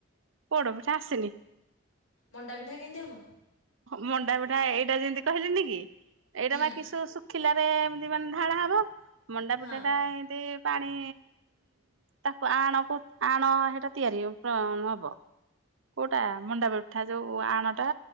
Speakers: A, on the right; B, on the left.
A: ପୋଡ ପିଠା ଆସେନି।
B: ମଣ୍ଡା ପିଠା କେମିତି ହେବ?
A: ମଣ୍ଡା ପିଠା ଏଇଟା ଯେମିତି କହିଲିନି କି, ଏଇଟା
B: ହୁଁ
A: ବା କି ସ ଖିଲାରେ ଏମିତି ମାନେ ଢାଳା ହବ, ମଣ୍ଡା ପିଠା
B: ହଁ
A: ଟା ଏମିତି। ପାଣି ତାକୁ ଆଣକୁ ଆଣ ହେଟ ତିଆରି ପ୍ର ହବ।
B: <inaudible>
A: କୋଉଟା ମଣ୍ଡା ପିଠା ଯୋଉ ଆଣଟା